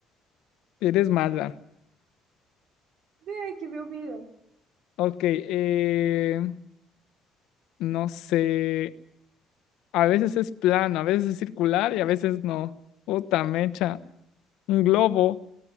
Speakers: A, on the left (about 75°); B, on the right (about 65°).
A: eres mala.
B: Ve que me olvido.
A: Ok, eh, no sé. A veces es plano, a veces es circular y a veces no. Puta mecha. Un globo.